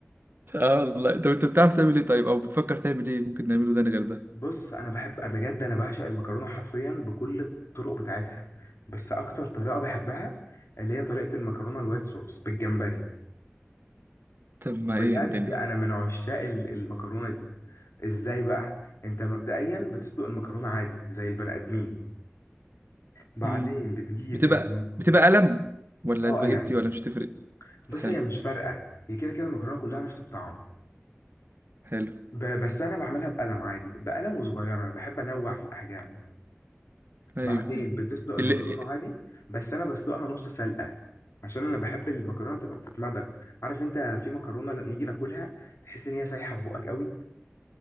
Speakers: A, on the right (about 50°); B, on the left (about 80°).
A: اه والله طب انت بتعرف تعمل ايه طيب او بتفكر تعمل ايه ممكن نعمله ده غير ده
B: بص انا بحب بجد انا بعشق المكرونه حرفيا بكل الطرق بتاعتها بس اكتر طريقه بحبها اللي هي طريقه المكرونه الوايت صوص بالجمبري
A: طب ما
B: بجد
A: ايه الدنيا
B: انا من عشاق ال- المكرونه دي ازاي بقى انت مبدئيا بتسلق المكرونه عادي زي البني ادمين بعدين
A: مم.
B: بتجيب
A: بتبقى
B: الجم...
A: بتبقى قلم ولا
B: اه
A: سباجيتي
B: قلم
A: ولا مش تفرق
B: بص
A: حلو
B: هي مش فارقه هي كده كده المكرونه كلها نفس الطعم
A: حلو
B: ب- بس انا بعملها بقلم عادي بقلم وصغيره انا بحب انوع في الاحجام
A: ايوه
B: بعدين
A: ايوه
B: بتسلق المكرونة
A: اللي
B: عادي بس أنا بسلقها نص سلقة عشان أنا بحب المكرونة تبقى بتتمضغ عارف أنت في مكرونة لما نيجي ناكلها تحس إن هي سايحة في بقك قوي